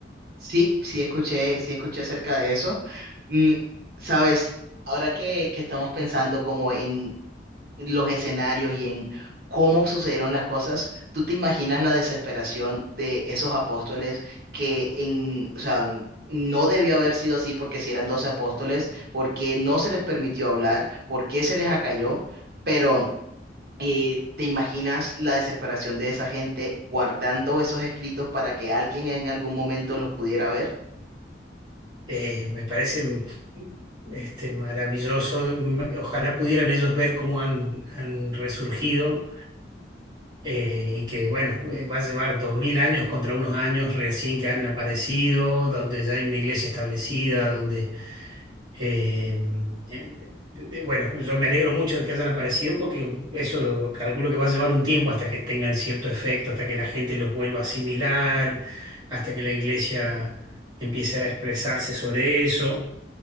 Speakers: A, on the right; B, on the right.
A: Sí, sí escuché, sí escuché acerca de eso. Mm, sabes, ahora que, que estamos pensando como en los escenarios y en cómo sucedieron las cosas, ¿tú te imaginas la desesperación de esos apóstoles que en, o sea, no debió haber sido así porque si eran 12 apóstoles, porque no se les permitió hablar, porque se les acalló, pero eh, ¿te imaginas la desesperación de esa gente guardando esos escritos para que alguien en algún momento los pudiera ver?
B: Eh, me parece este, maravilloso. M- Ojalá pudieran ellos ver cómo han, han resurgido eh, y que, bueno, eh, va a llevar dos mil años contra unos años recién que han aparecido, donde ya hay una iglesia establecida, donde Eh, eh, eh, bueno, yo me alegro mucho de que hayan aparecido porque eso calculo que va a llevar un tiempo hasta que tengan cierto efecto, hasta que la gente los vuelva a asimilar, hasta que la iglesia empiece a expresarse sobre eso